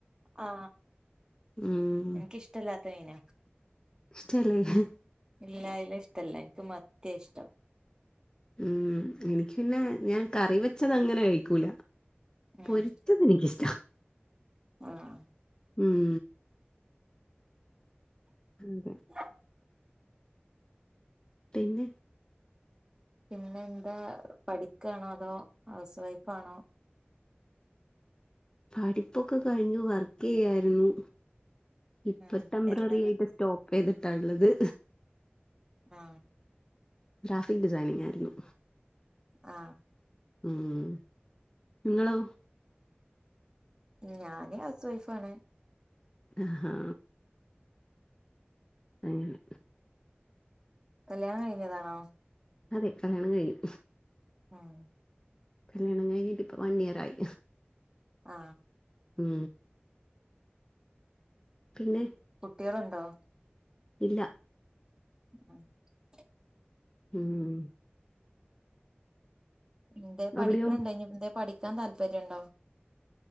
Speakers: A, on the right; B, on the left.
A: ആ
B: ഉം
A: എനികിഷ്ട്ടമില്ലാത്തമീന
B: ഇഷ്ടല്ല ഹ്
A: ഇല്ല അയില ഇഷ്ട്ടല്ലേ എനിക്ക് മത്തിയാ ഇഷ്ടം
B: ഉം എനിക്ക് പിന്നെ ഞാൻ കറിവെച്ച അങ്ങനെ കഴിക്കൂല.
A: ഉം
B: പൊരിച്ചത് എനികിഷ്ട്ട
A: ആഹ്
B: ഉം ഉം
A: <inaudible> <unintelligible>
B: പിന്നെ
A: പിന്നെ എന്താ പഠിക്കണോ അതോ ഹൗസ് വൈഫാണോ.
B: പഠിപ്പൊക്കെ കഴിഞ്ഞു വർക്ക് ചെയ്യായിരുന്നു. ഇപ്പൊ
A: ആഹ്
B: ടെംമ്പററി
A: എന്താണ്
B: ആയിട്ട് സ്റ്റോക് ചെയ്തിട്ട ഉള്ളത്
A: ആ
B: ഗ്രാഫിക്ഡിസൈനിങ്, ആയിരുന്നു.
A: ആ
B: ഉം ഇങ്ങളോ
A: ഞാന് ഹൗസ് വൈഫാണ്.
B: അഹാ അങ്ങനെ
A: കല്യാണം കഴിഞ്ഞതാണോ
B: അതെ കല്യാണം കഴിഞ്ഞു.
A: ഉം
B: കല്യാണം കഴിഞ്ഞിട്ടിപ്പ വൺഇയർ ആയി.
A: ആ
B: ഉം പിന്നെ
A: കുട്ട്യാള്ണ്ടോ
B: ഇല്ല
A: <unintelligible>
B: ഉം ഉം
A: എന്തേ പഠിക്കിണിയുണ്ടോ
B: അവിടെയോ
A: ഇനി എന്തേലും പഠിക്കാൻ താല്പര്യണ്ടോ.